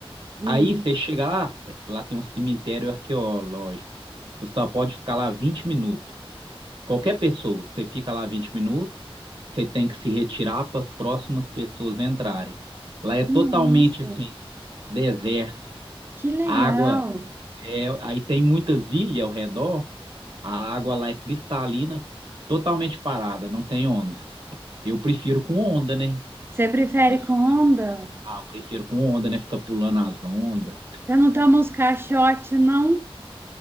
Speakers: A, on the right (about 25°); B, on the right (about 55°).
A: Hum,
B: Aí você chega lá, é- lá tem um cemitério arqueológico. Você só pode ficar lá vinte minutos. Qualquer pessoa, você fica lá 20 minutos, você tem que se retirar para as próximas pessoas entrarem. Lá é totalmente
A: nossa,
B: assim, deserto,
A: que legal.
B: água É, aí tem muitas ilhas ao redor, a água lá é cristalina, totalmente parada, não tem onda. Eu prefiro com onda, né?
A: Você prefere
B: Mas,
A: com onda?
B: ah, eu prefiro com onda, né? Fica pulando as ondas.
A: Você não toma uns caixotes, não?